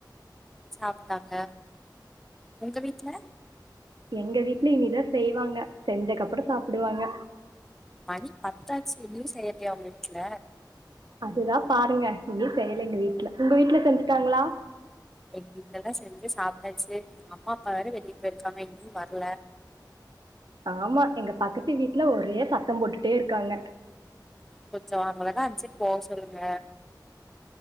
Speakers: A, in the centre; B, on the right.
A: சாப்ட்டாங்க உங்க வீட்ல
B: எங்க வீட்ல இனிதா செய்வாங்க செஞ்சக்கப்பற சாப்புடுவாங்க
A: மணி பத்தாச்சு இன்னயு செய்யலையா உங்க வீட்ல
B: அதுதா பாருங்க இன்னயு செய்யல எங்க வீட்ல உங்க வீட்ல செஞ்சுட்டாங்ளா
A: எங்க வீட்ல எல்லா செஞ்சு சாப்ட்டாச்சு எங்க அம்மா அப்பா வேற வெளிய போயிருக்காங்க இன்னு வரல
B: ஆமா எங்க பக்கத்து வீட்ல ஒரே சத்தம் போட்டுட்டே இருக்காங்க
A: கொஞ்ச அவுங்களதா அந் சைடு போக சொல்லுங்ளே